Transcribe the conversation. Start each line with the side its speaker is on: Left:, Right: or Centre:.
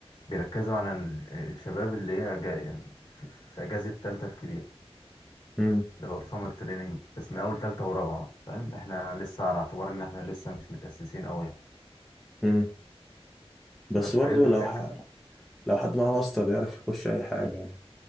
Left: بيركزوا على ال- الشباب اللي هي جاي في, في في اجازة التالتة الكبيرة
Centre: مم.
Left: اللي هو السمر تريننج بس من اول تالتة ورابعة بقى، فاهم احنا لسه على اعتبار ان احنا لسه مش متأسسين اوي يعني
Centre: مم. بس
Left: بس
Centre: برضه
Left: فهي دي
Centre: لو
Left: الفكرة
Centre: ح... لو حد معاه واسطة بيعرف يخش أي حاجة يعني